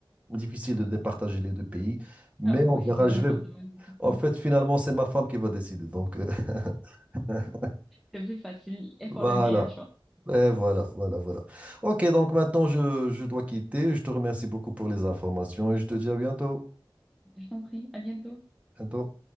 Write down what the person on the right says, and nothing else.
difficile de départager les deux pays, mais
on
verra.
Je
vais...
En fait, finalement, c'est ma femme qui va décider. Donc, euh, <laughs>
voilà.
Et voilà, voilà, voilà. OK, donc maintenant, je, je dois quitter. Je te remercie beaucoup pour les informations et je te dis à bientôt.
Bientôt.